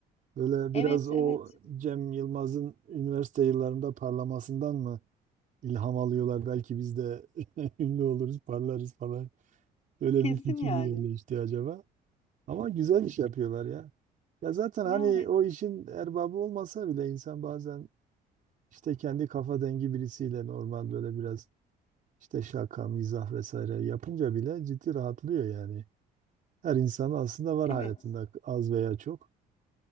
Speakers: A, on the right; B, on the left.
A: Böyle
B: Evet,
A: biraz o
B: evet.
A: Cem Yılmaz'ın üniversite yıllarında parlamasından mı ilham alıyorlar? Belki biz de <laughs> ünlü oluruz, parlarız falan. Böyle
B: Kesin
A: bir fikir
B: yani.
A: mi yerleşti acaba? Ama güzel iş yapıyorlar ya. Ya zaten
B: Yani
A: hani o işin erbabı olmasa bile insan bazen işte kendi kafa dengi birisiyle normal böyle biraz işte şaka, mizah vesaire yapınca bile ciddi rahatlıyor yani. Her insanın aslında var
B: evet.
A: hayatında az veya çok.